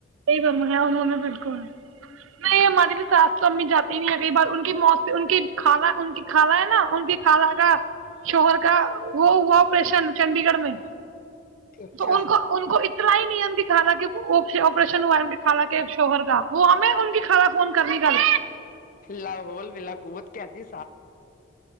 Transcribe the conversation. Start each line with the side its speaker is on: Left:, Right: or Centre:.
Right: بمیا انہوں نے بالکل نہیں ہماری تو ساس تو امی جاتی نہیں ہے کئی بار ان کی موت سے ان کی خال ان کی خالہ ہے نا ان کی خالہ کا شوہر کا وہ ہوا آپریشن چنڈی گڑھ میں
Left: اچھا
Right: تو ان کو ان کو اتنا ہی نیم دکھا رہا کہ اوکے اکے ریشن ہوا کالا کے شوہر کا وہ ہمیں ان کی کھالا فون کرنی کل
Left: لاہول ولاقوت کہتی